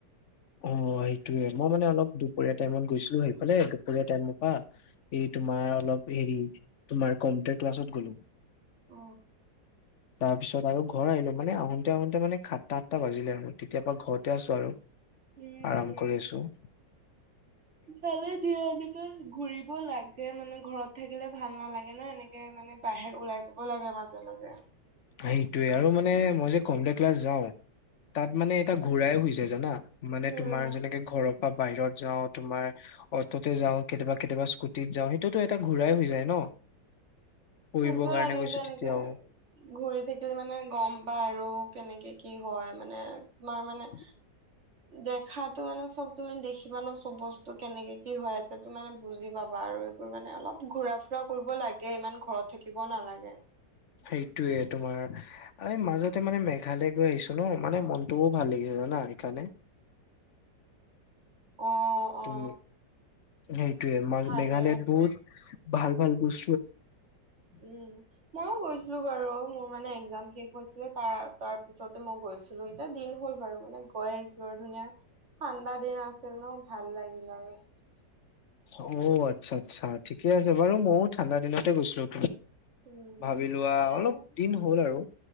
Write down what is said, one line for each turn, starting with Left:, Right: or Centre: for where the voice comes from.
Left: অ, সেইটোৱে মই মানে অলপ দুপৰীয়া টাইমত গৈছিলোঁ সেইফালে দুপৰীয়া টাইমপা এই তোমাৰ অলপ হেৰি তোমাৰ কম্পিউটাৰ ক্লাছত গ'লোঁ।
Right: অ
Left: তাৰ পিছত আৰু ঘৰ আহিলোঁ মানে আহোঁতে -আহোঁতে মানে সাতটা, আঠটা বাজিলে আৰু। তেতিয়াপা ঘৰতে আছো আৰু
Right: উম
Left: আৰাম
Right: উম
Left: কৰি আছোঁ।
Right: ভালে দিয়া এনে তেই ঘূৰিব লাগে মানে ঘৰত থাকিলে ভাল নালাগে ন' এনেকে মানে বাহেত ওলাই যাব লাগে মাজে-মাজে।
Left: আ সেইটোৱে আৰু মানে মই যে ক'ম দেক ক্লাছ যাওঁ তাত মানে এটা ঘোঁৰাই শুইছে জানা মানে
Right: উম
Left: তোমাৰ যেনেকে ঘৰত বা বাহিৰত যাওঁ তোমাৰ অটোতে যাওঁ, কেতিয়াবা-কেতিয়াবা স্কুটিত যাওঁ, সেইটোতো এটা ঘূৰাই হৈ যায় ন'? পঢ়িবৰ
Right: সেইটো
Left: কাৰণে
Right: এনেকে-এনেকে
Left: গৈছো তেতিয়াও
Right: ঘুৰি থাকিলে মানে গম পায় আৰু কেনেকে কি হয় মানে তোমাৰ মানে
Left: <inaudible>
Right: দেখাতো মানে চব তুমি দেখিবা ন' চব বস্তু কেনেকে কি হৈ আছে তো মানে বুজি পাবা আৰু এইবোৰ মানে অলপ ঘুৰা -ফু ফুৰা কৰিব লাগে ইমান ঘৰত থাকিব নালাগে।
Left: সেইটোৱেই তোমাৰ এই মাজতে মানে মেঘালয় গৈ আহিছো ন' মানে মনটোও ভাল লাগিছে জানা এইকাৰণে।
Right: অ', অ',
Left: উম, সেইটোৱেই
Right: ভালে
Left: মেঘালয়ত বহুত ভাল-ভাল বচ
Right: উম, ময়ও গৈছিলো বাৰু মোৰ মানে একজাম শেষ। হৈছিলে তাৰ-তাৰ পিছতে মই গৈছিলোঁ এতিয়া দিন হ'ল বাৰু মানে গৈ আহিছিলোঁ আৰু ধুনীয়া ঠাণ্ডা দিন আছিল ন' ভাল লাগিল আৰু।
Left: অ, আচ্ছা-আচ্ছা ঠিকে আছে বাৰু ময়ো ঠাণ্ডা দিনতে গৈছিললোঁ
Right: উম
Left: ভাবি লোৱা
Right: মানে
Left: অলপ দিন হ'ল আৰু।